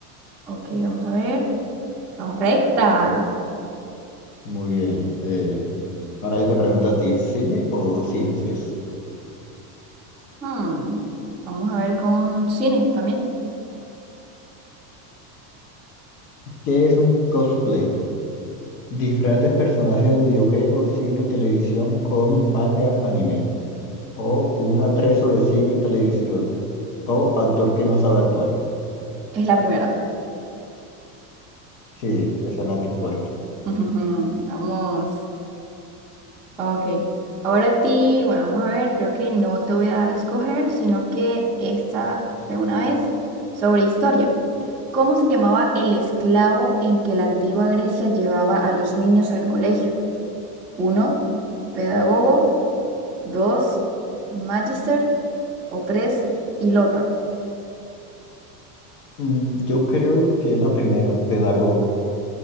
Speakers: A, in the centre; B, on the left.
A: Ok, vamos a ver. Correcta.
B: Muy bien. eh, ahora yo te pregunto a ti, ¿cine o ciencias?
A: Hmm, Vamos a ver con cine también.
B: ¿Qué es un cosplay? Disfraz de personaje de videojuego, cine, televisión, cómic, manga, anime. O un atrezo de cine y televisión. O actor que no sabe actuar.
A: Es la primera.
B: Sí, esa es la respuesta.
A: <laughs> Ujujú, Vamos. Ok. Ahora a ti, bueno, vamos a ver, creo que no te voy a dar a escoger, sino que esta de una vez sobre historia. ¿Cómo se llamaba el esclavo en que la antigua Grecia llevaba a los niños al colegio? Uno, pedagogo, dos, magister o tres, hilota.
B: Mm, Yo creo que es la primera, pedagogo.